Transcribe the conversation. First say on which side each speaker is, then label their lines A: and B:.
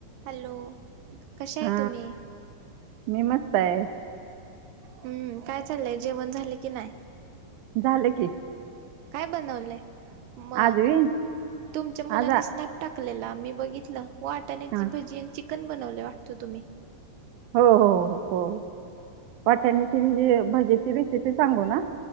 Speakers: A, on the right; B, on the right.
A: Hello कशाय
B: हा
A: तुम्ही?
B: मी मस्त आहे
A: हम्म काय चाललंय जेवण झाले की नाय.
B: झाल की
A: काय बनवलंय म
B: आजवी
A: तुमच्या मुलांनी
B: आज आ
A: स्नॅप टाकलेला मी बघितलं वाटाण्याची
B: हा
A: भाजी आणि चिकन बनवले वाटत तुम्ही?
B: हो हो हो वाटाण्याची भिजी भज्याची रेसिपी सांगू ना.